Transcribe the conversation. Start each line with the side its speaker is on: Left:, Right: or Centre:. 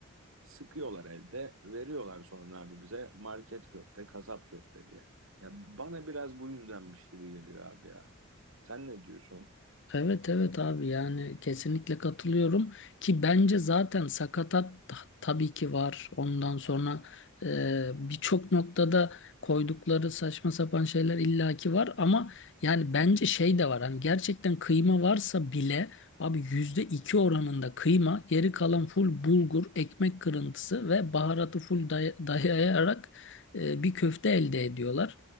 Right: Sıkıyorlar elde, veriyorlar sonra abi bize market köfte, kasap köfte diye. Ya bana biraz bu yüzdenmiş gibi geliyor abi ya. Sen ne diyorsun?
Left: Evet evet abi yani kesinlikle katılıyorum ki bence zaten sakatat ta- tabii ki var. Ondan sonra e, birçok noktada koydukları saçma sapan şeyler illaki var ama yani bence şey de var. Hani gerçekten kıyma varsa bile abi yüzde iki oranında kıyma, geri kalan full bulgur, ekmek kırıntısı ve baharatı full day- dayayarak e, bir köfte elde ediyorlar.